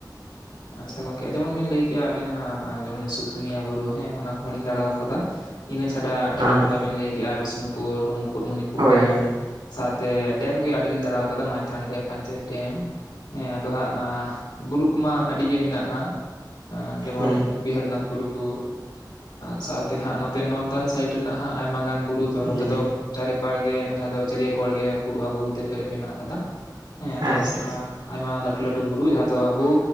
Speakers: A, on the left; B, on the right.
A: ᱟᱪᱪᱷᱟ ᱜᱚᱝᱠᱮ ᱡᱮᱢᱚᱱ ᱵᱮᱱ ᱞᱟᱹᱭ ᱠᱮᱜᱼᱟ ᱟᱵᱤᱱᱟᱜ ᱡᱮᱢᱚᱱ ᱥᱩᱥᱩᱱᱤᱭᱟᱹ ᱵᱩᱨᱩ ᱦᱮᱸ ᱚᱱᱟ ᱠᱚᱦᱚᱸ ᱞᱤᱧ ᱫᱟᱬᱟᱣ ᱠᱟᱫᱟ ᱾ ᱤᱱᱟᱹ ᱪᱷᱟᱰᱟ ᱴᱮᱨᱟᱠᱳᱴᱟ
B: ᱦᱮᱸ ᱦᱮᱸ
A: ᱵᱮᱱ ᱞᱟᱹᱭ ᱠᱮᱜᱼᱟ ᱵᱤᱥᱱᱩᱯᱩᱨ, ᱢᱩᱠᱩᱴᱢᱚᱱᱤᱯᱩᱨ,
B: ᱦᱳᱭ
A: ᱰᱮᱢ
B: ᱦᱳᱭ
A: ᱥᱟᱶᱛᱮ ᱰᱮᱢ ᱜᱮ ᱟᱹᱰᱤ ᱞᱤᱧ ᱫᱟᱬᱟᱣ ᱠᱟᱫᱟ ᱾ ᱢᱟᱭᱛᱷᱟᱱ ᱰᱮᱢ, ᱯᱟᱧᱪᱮᱛ ᱰᱮᱢ, ᱦᱮᱸ ᱟᱫᱚ ᱦᱟᱸᱜᱼᱟ ᱵᱩᱨᱩ ᱠᱚᱢᱟ ᱟᱹᱰᱤ ᱜᱮ ᱢᱮᱱᱟᱜᱼᱟ ᱡᱮᱢᱚᱱ
B: ᱦᱩᱸ
A: ᱵᱤᱦᱟᱹᱨᱤᱱᱟᱛᱷ ᱵᱩᱨᱩ, ᱠᱚ ᱥᱟᱶᱛᱮ ᱦᱟᱸᱜ ᱱᱚᱛᱮ ᱱᱚᱨᱫᱫᱟᱱ ᱥᱟᱭᱤᱰ ᱨᱮᱱᱟᱜ ᱦᱟᱸᱜ ᱟᱭᱢᱟ ᱜᱟᱱ ᱵᱩᱨᱩ ᱛᱚ
B: ᱦᱩᱸ
A: ᱱᱚᱛᱮ ᱫᱚ ᱪᱟᱨᱮᱯᱟᱲ ᱜᱮ ᱡᱟᱦᱟ ᱫᱚ ᱪᱟᱹᱨᱭᱟᱹ ᱠᱚᱬ ᱜᱮ ᱵᱩᱨᱩ ᱟᱨ ᱵᱩᱨᱩ ᱛᱮ ᱯᱮᱨᱮᱡ ᱢᱮᱱᱟᱜ ᱟᱠᱟᱫᱟ ᱾ ᱦᱮᱸ ᱟᱫᱚ
B: ᱟᱪᱪᱷᱟ ᱟᱪᱪᱷᱟ
A: ᱟᱭᱢᱟ ᱞᱟᱹᱴᱩ ᱞᱟᱹᱴᱩ ᱵᱩᱨᱩ ᱡᱟᱦᱟᱸ ᱫᱚ ᱟᱵᱚ